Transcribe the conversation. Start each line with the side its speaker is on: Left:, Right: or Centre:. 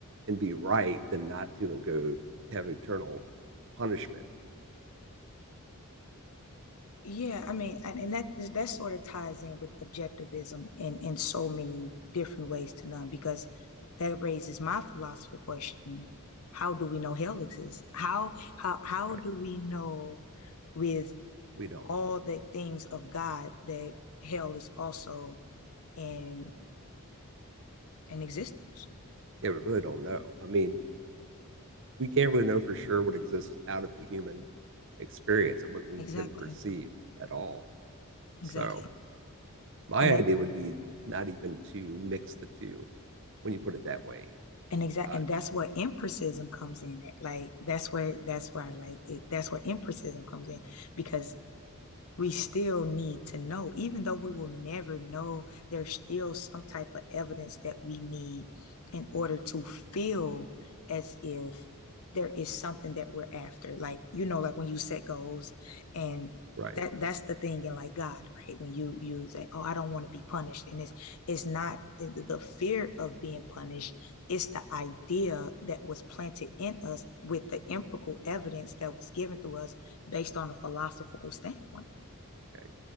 Right: and be right than not to and go have eternal punishment,
Left: yeah. I mean, and, and that that sort of ties in with objectivism in in so many different ways to none because that raises my philosophical question: How do we know hell exists? How how how
Right: right?
Left: do we know with
Right: we don't.
Left: all the things of God that hell is also in in existence?
Right: Yeah, we really don't know. I mean, we can't really know for sure what exists out of the human experience and what we
Left: Exactly.
Right: can perceive at all. So
Left: Exactly.
Right: my
Left: And that
Right: idea would be not even to mix the two when you put it that way.
Left: and exact
Right: Uh,
Left: and that's where empiricism comes in. Like that's where that's where I like it. That's where empiricism comes in because we still need to know, even though we will never know, there's still some type of evidence that we need in order to feel as if there is something that we're after. Like, you know, like when you set goals and
Right: right.
Left: that that's the thing in like God, right? When you you say, Oh, I don't want to be punished. And it's it's not the the fear of being punished, it's the idea that was planted in us with the empirical evidence that was given to us based on a philosophical standpoint.
Right: Okay.